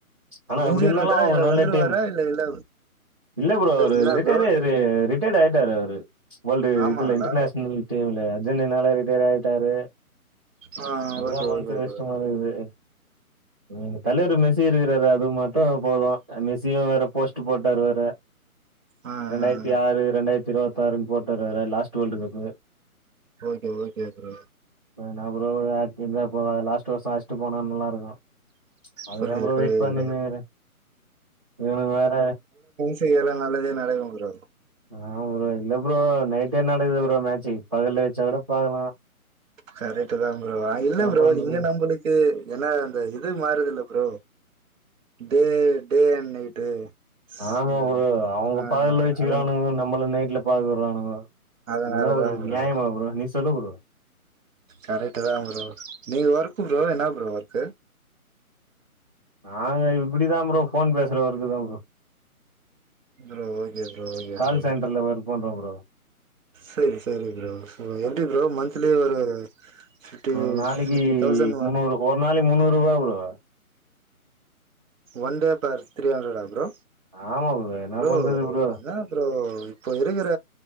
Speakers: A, on the right (about 20°); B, on the right (about 60°).
A: ஆனா
B: இன்ஜூரிடா
A: அப்டிருந்தாலும் அவுங்க
B: இல்ல
A: நல்ல
B: வந்துருவாரா
A: டீம்
B: இல்ல இல்ல
A: இல்ல ப்ரோ அவுரு
B: என்ன
A: ரிட்டயர்
B: ப்ரோ
A: ரிட்டயர்டு ஆய்டார் அவுரு வோர்ல்டு
B: ஆமாங்களா
A: இதுல்ல இன்டர் நேஷ்னல் டீமுல அர்ஜன்டின்னால ரிட்டையர் ஆயிட்டாரு
B: ஆ
A: அதுதான்
B: ஓகே
A: மனசு
B: ஓகே
A: கஷ்டமா
B: ப்ரோ
A: இருக்குது ங்க தலவர் மெஸ்ஸி இருக்கிறாரு அது மட்டும் போதும் மெஸியும் வேற போஸ்ட் போட்டாரு வேற
B: ஆ
A: ரெண்டாயிரத்தி
B: ஆ
A: ஆறு ரெண்டாயிரத்தி இருவத்தி ஆறுன்னு போட்டாரு வேற last world cup
B: okay okay bro
A: என்னா ப்ரோ ஆக்ட்டிங்லா போவ லாஸ்ட் வருஷோ ஆச்ட்டு போனா நல்லாருக்கும் ம்ச் அதுக்தா
B: புரியுது
A: ப்ரோ
B: புரியுது
A: வெயிட் பண்ணினுக்ற
B: ப்ரோ
A: இவனுக வேற
B: இனி எல்லாம் நல்லதே நடக்கு ப்ரோ
A: ஆமா ப்ரோ இல்ல ப்ரோ நைட்டே நடக்குது ப்ரோ மேட்சு பகல்லே வெச்சா கூடோ பாக்கலா
B: கரெட்டு தா ப்ரோ இல்ல ப்ரோ
A: பண்றது?
B: இங்க நம்பளுக்கு ஏன்னா அந்த இது மாறுதுல்ல ப்ரோ டே டேஅன் நைட்டு
A: ஆமா
B: ம்
A: ப்ரோ அவுங்க
B: ஆ
A: பகல்ல வெச்சுக்கிறானுங்கோ
B: அதன
A: நம்மள நைட்ல பாக்கவுர்றானுங்கோ
B: அதனாலதா
A: இதுல்லா ஒரு
B: ப்ரோ
A: நியாயமா ப்ரோ நீ சொல்லு ப்ரோ
B: கரெட்டு தா ப்ரோ நீ ஒர்க்கு ப்ரோ என்னா ப்ரோ ஒர்க்கு
A: நாங்க இப்டிதா ப்ரோ ஃபோன் பேசுற ஒர்க்கு தா bro
B: bro okay bro okay
A: call
B: bro
A: சென்டர்ல ஒர்க் பண்றோ ப்ரோ
B: செரி செரி ப்ரோ எப்டி ப்ரோ மந்த்லி ஒரு ஃபிப்டி
A: ஒரு நாளக்கி
B: ஃபிப்டி தௌசண்ட்
A: முன்னூறு ஒரு நாளக்கு முன்னூறு ரூவா bro
B: one day per three ஹண்ட்ரடா ப்ரோ
A: ஆமா என்ன
B: ப்ரோ
A: பண்றது ப்ரோ
B: என்னா ப்ரோ இப்பொ இருக்குற